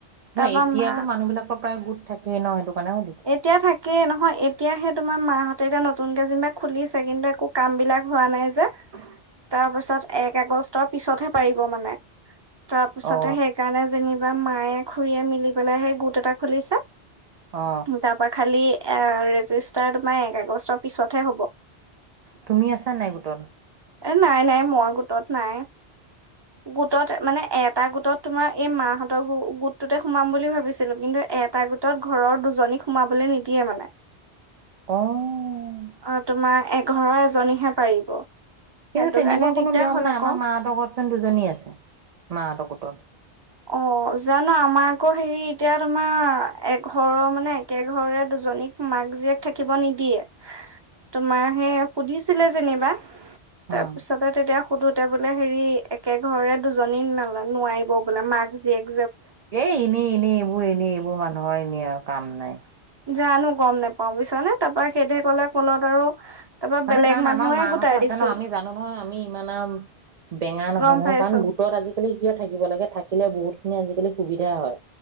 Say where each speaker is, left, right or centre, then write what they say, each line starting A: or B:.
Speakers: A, on the right; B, on the right.
A: অহ
B: তাৰপা
A: এতিয়াতো
B: মা
A: মানুহ বিলাকৰ প্ৰায় গোট থাকে থাকে নহ সেইটো কাৰণে সুধিলো
B: এতিয়া থাকেই নহয়, এতিয়াহে তোমাৰ মাহ তেতিয়া নতুনকে যেনিবা খুলিছে কিন্তু একো কাম বিলাক হোৱা নাইযে।
A: <unintelligible>
B: তাৰ পিছত এক আগষ্টৰ পিছতহে পাৰিব মানে। তাৰপিছতে
A: অ
B: সেইকাৰণে যেনিবা এইবাৰ মায়ে খুৰীয়ে মিলি পেলাইহে গোট এটা খুলিছে
A: অ
B: তাৰ পৰা খালি এয়ে আৰু ৰেজিষ্টাৰ তোমাৰ এক আগষ্টৰ পিছতহে হ'ব।
A: তুমি আছা নাই গোটত?
B: এহ নাই নাই মই গোটত নাই। গোটত মানে এটা গোটত তোমাৰ এই মাহঁতৰ গোটটোতে সোমাম বুলি ভাবিছিলো। কিন্তু এ এটা গোটত‌ ঘৰৰ সোমাবলৈ নিদিয়ে মানে
A: অ
B: অহ তোমাৰ এক ঘৰৰ এজনীহে পাৰিব। সেইটো
A: কিন্তু তেনেকুৱা
B: কাৰণে দিগদাৰ
A: কোনো নিয়ম
B: হ'ল
A: নাই,
B: আকৌ
A: আমাৰ মাহঁতৰ ঘৰতচোন দুজনী আছে, মাহঁতৰ গোটৰ।
B: অ, জানো আমাৰ আকৌ হেৰি এতিয়া তোমাৰ এঘৰৰ মানে একে ঘৰে দুজনীক মাক জীয়েক থাকিব নিদিয়ে। তোমাৰ সেই সুধিছিলে যেনিবা, তাৰপিছতে
A: উম
B: তেতিয়া সুধুতে বোলে হেৰি একে ঘৰে দুজনী নালা-নোৱাৰিব। বোলে মাক জীয়েক।
A: এই, এনে, এনে এইবোৰ এইবোৰ এনে, এইবোৰ মানুহৰ এনে আৰু কাম নাই।
B: জানো গম নেপাও বুইছানে তাৰপা সেইদৰে কলে ক'লত আৰু তাৰপা
A: মানে
B: বেলেগ
A: কাৰণ
B: মানুহে
A: আমাৰ মাহঁতো
B: গোটাই
A: আছে
B: দিছো
A: ন আমি জানো নহয়, আমি ইমান আৰু বেঙা নহয়-
B: গম
A: নহয়
B: পাইছো
A: কাৰণ গোটত আজিকালি কিয় থাকিব লাগে থাকিলে বহুত খিনি আজিকালি সুবিধা হয়।